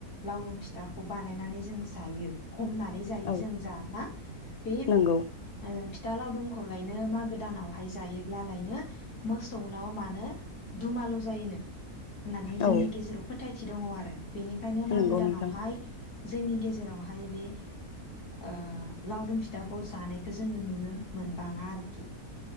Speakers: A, on the left; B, on the left.
A: लावदुम फिथाखौ बानायनानै जों जायो। हमनानै जायो
B: औ
A: जों जा ना बे ओ
B: नंगौ
A: फिथ फिथा लावदुमखौलायनो मागो दानावहाय जायोब्लालायनो मोसौनाव मानो दुमालु जायोनो? होननानै जोंनि
B: औ
A: गेजेराव फोथ फोथायथि दङ आरो। बेनिखायनो मागो
B: नंगौ
A: दानावहाय
B: नोंथां
A: जोंनि गेजेरावहाय बे ओ लावदुम फिथाखौ जानाय बेखौ जोंङो नुनो मोनबाङा आरोखि।